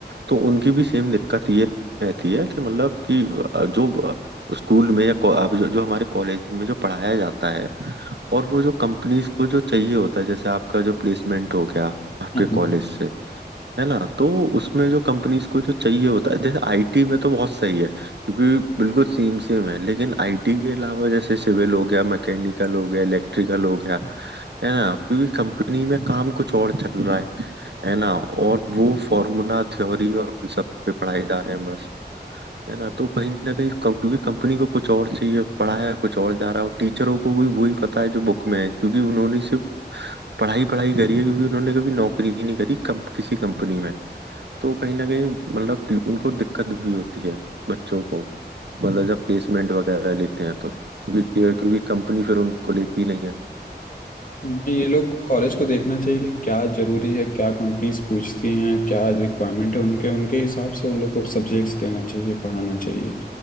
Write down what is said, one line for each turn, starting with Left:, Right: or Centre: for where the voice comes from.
Right: तो उनकी भी सेम दिक्कत ये रहती है कि मतलब कि अ, जो ब- स्कूल में या को- अब जो, जो हमारे कॉलेज में जो पढ़ाया जाता है और वो जो कंपनीज को जो चाहिए होता है जैसे आपका जो प्लेसमेंट हो गया आपके
Left: हाँ
Right: कॉलेज से है ना तो उसमें जो कंपनीज को जो चाहिए होता है जैसे आईटी में तो बहुत सही है क्योंकि बिल्कुल सेम सेम है लेकिन आईटी के अलावा जैसे सिविल हो गया मैकेनिकल हो गया इलेक्ट्रिकल हो गया है ना क्योंकि कंपनी में काम कुछ और चल रहा है है ना और वो फॉर्मूला थ्योरी और उन सब पे पढ़ाए जा रहे हैं बस है ना तो कहीं ना कहीं कम- क्योंकि कंपनी को कुछ और चाहिए पढ़ाया कुछ और जा रहा है और टीचरों को भी वही पता है जो बुक में है क्योंकि उन्होंने सिर्फ पढ़ाई पढ़ाई करी है क्योंकि उन्होंने कभी नौकरी ही नहीं करी कम, किसी कंपनी में तो कहीं ना कहीं मतलब टी- उनको दिक्कत भी होती है बच्चों को मतलब जब प्लेसमेंट वगैरह लेते हैं तो क्योंकि क्योंकि कंपनी फिर उनको लेती नहीं है
Left: हमें ये लोग कॉलेज को देखना चाहिए कि क्या जरूरी है क्या कंपनीज पूछती हैं क्या रिक्वायरमेंट है उनके उनके हिसाब से उन लोग को सब्जेक्ट्स देना चाहिए पढ़ाना चाहिए